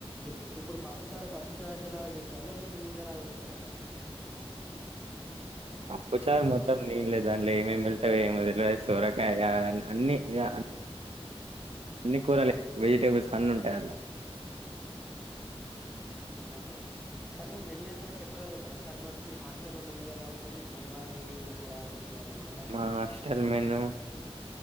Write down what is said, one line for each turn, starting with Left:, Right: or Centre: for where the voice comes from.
Centre: ఇప్పుడు ఇప్పుడు పప్పు చారు పప్పు చారు లాగా చేస్తారా లేకపోతే నీళ్ళలాగా చేస్తారా సార్
Right: పప్పు చారు మొత్తం నీళ్ళే దాంట్ల ఏమేమి పెడతారో ఏమో సోరకాయ అన్ని అన్ని కూరాల వెజిటేబుల్స్ అన్ని ఉంటాయి. అలా
Centre: ఆహా సార్ మీ మెన్యూ ఏమైన్నా చెప్పగలుగుతారా సార్ మాకు మీ హాస్టల్లో మెన్యూ ఎలా ఉంటుంది. సోమవారం ఇది మంగళవారం ఇది ఏమన్నా
Right: ఆ హాస్టల్ మెను